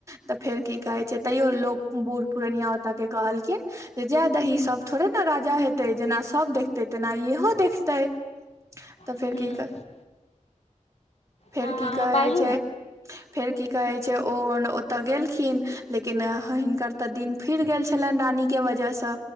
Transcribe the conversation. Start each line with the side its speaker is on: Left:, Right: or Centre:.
Right: तऽ फेर की कहै छै तैयो लोक बूढ़ पुरनिया ओतऽ के कहलखिन जे जाय दही सभ थोड़े ने राजा हेतै जेना सभ देखतै तेना इहो देखतै तऽ
Left: हँ
Right: फेर की कर फेर
Left: हँ
Right: की कहै
Left: बाजू
Right: छै
Left: ने
Right: फेर की कहे छै ओ ओतए गेलखिन लेकिन हिनकर ते दिन फिर गेल छै खनि रानी के वजहसँ